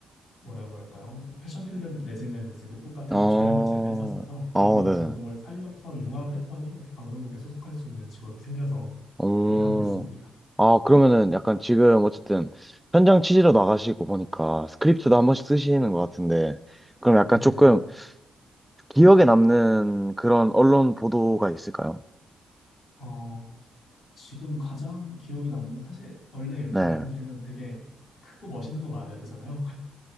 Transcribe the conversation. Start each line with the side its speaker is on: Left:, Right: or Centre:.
Left: 뭐라고 할까요? 뭐 패션 필름 내지는 이제 룩북 같은
Centre: 어,
Left: 거 촬영을 제가 했었어서 그거
Centre: 아, 네네.
Left: 전공을 살려서 융합을 했더니 어떻게 방송국에 소속할 수 있는 직업이 생겨서
Centre: 어,
Left: 이렇게 하고 있습니다.
Centre: 아, 그러면은 약간 지금 어쨌든 현장 취재로 나가시고 보니까 스크립트도 한 번씩 쓰시는 것 같은데 그럼 약간
Left: 네.
Centre: 조금 기억에 남는 그런 언론 보도가 있을까요?
Left: 어, 지금 가장 기억에 남는 건 사실 원래 이렇게
Centre: 네,
Left: 말씀드리면 되게 크고 멋있는 거 말해야 되잖아요.